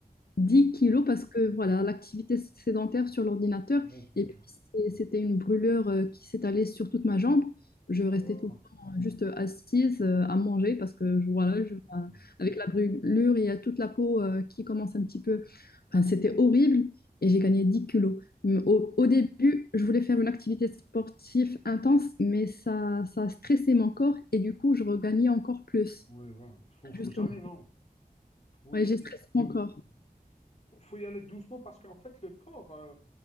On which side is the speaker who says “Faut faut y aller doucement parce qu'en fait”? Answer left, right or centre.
Left